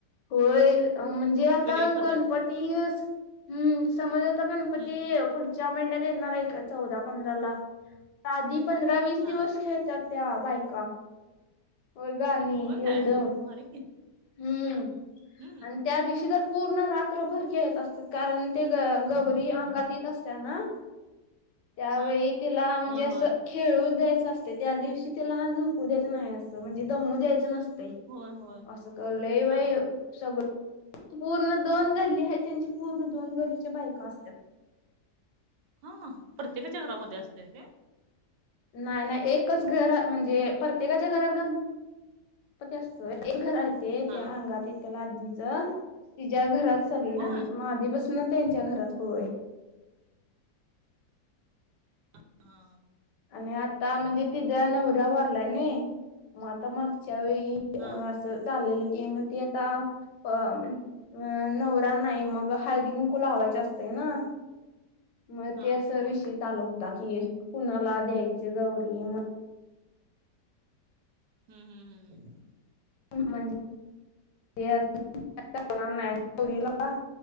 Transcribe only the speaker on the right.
वेगळी पद्धत
हम्म
हा
होय काय
भारी की
हम्म
हा
होय
होय
होय होय
हा
हा प्रत्येकाच्या घरामध्ये असते ते
हा
होय
हां हा
हा
हा
होय
हम्म हम हम्म